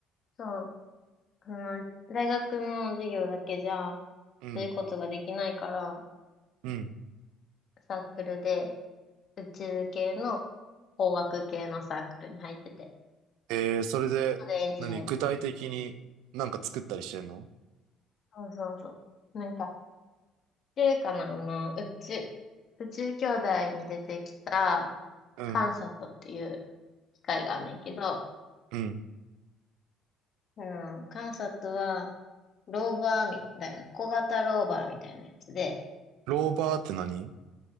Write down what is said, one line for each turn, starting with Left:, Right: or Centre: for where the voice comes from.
Left: そう、あの、大学の授業だけじゃ、
Right: うん。
Left: そういうことができないから、
Right: うん。
Left: サークルで宇宙系の工学系のサークルに入ってて。
Right: えー、それで、
Left: それエンジニアリング。
Right: 何具体的になんか作ったりしてんの
Left: そうそうそう。なんか、っていうかな、あの、宇宙、宇宙兄弟に出てきた、
Right: うん。
Left: カンサットっていう機械があんねんけど、
Right: うん
Left: うん、カンサットは、ローバーみたいな、小型ローバーみたいなやつで、
Right: ローバーって何